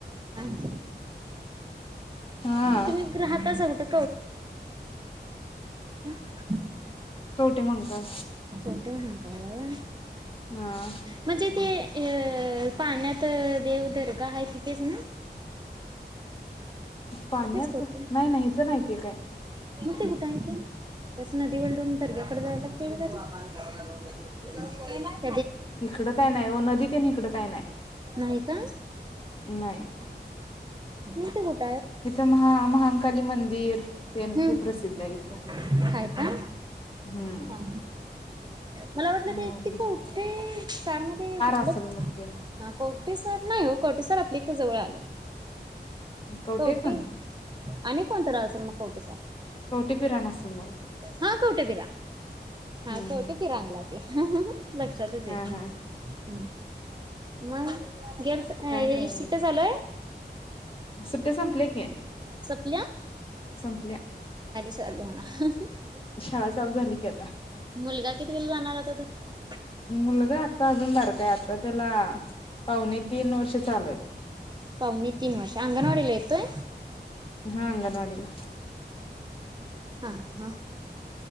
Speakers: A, on the right; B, on the left.
A: <inaudible>
B: हा
A: तुम्ही राहतासा कुठं? <unintelligible> <unintelligible> <unintelligible>
B: कवटे म्हणतात.
A: कवठे महांकाळ.
B: हा
A: म्हणजे ते ये पाण्यातं देवदर्गा हाय तिथेच ना.
B: पाण्यात
A: तेच कवठे
B: नाही नाही इथं नाही ते काय.
A: <unintelligible> <unintelligible>
B: इकडं काय नाही, वो नदी तेन इकडं काय नाही
A: नाही का?
B: नाही.
A: म ते होत <unintelligible>
B: इथं महा महांकाली मंदिर तेन
A: हम्म
B: हे प्रसिद्ध आहे इथ
A: हाय का?
B: हम्म
A: हा मला वाटलं ते
B: मग
A: ति पव्हठे सार मध्ये घातलं
B: असेल मग ते
A: कवटेसर नाही हो कवटेसर आपल्या इथ जवळ आलं.
B: कवटे
A: कवठे
B: खंद
A: आणि कोण तर असेल मग कोवटेचा
B: कौटेपिराण असल मग
A: हा कवटे पिरा हा
B: हम्म
A: कवठेपीरणला
B: हम्म
A: ते हा ह. लक्षातच येतं
B: हा हा
A: मग गेलत का
B: काय नाही बघा
A: सुट्या चालूय
B: सुट्ट्या संपल्या की
A: सपल्या
B: संपल्या.
A: सल हो ना <unintelligible>
B: शाळा चालू झाली की आता
A: मुलगा कितवीला जाणार आता तुम्
B: मुलगा अजून बार काय आता त्याला पाहुणे तीन वर्ष चालू आहेत.
A: पाहुणे तीन वर्ष अंगणवाडीला येतोय
B: हा अंगणवाडीला
A: हा हा.